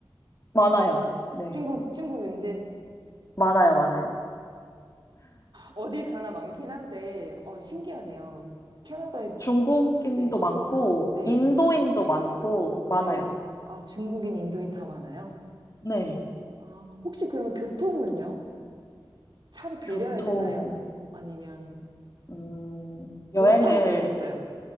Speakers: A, on the left; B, on the right.
A: 많아요. 네.
B: 중국, 중국인들.
A: 많아요, 많아요.
B: 어딜 가나 많긴 한데, 어, 신기하네요. 캐나다에도,
A: 중국인도
B: 네,
A: 많고,
B: 네,
A: 인도인도 많고, 많아요.
B: 네. 아, 중국인, 인도인 다 많아요?
A: 네.
B: 아, 혹시 그러면 교통은요? 차를 빌려야
A: 교통은
B: 되나요? 아니면,
A: 음,
B: 뭘
A: 여행을
B: 타고 다니셨어요?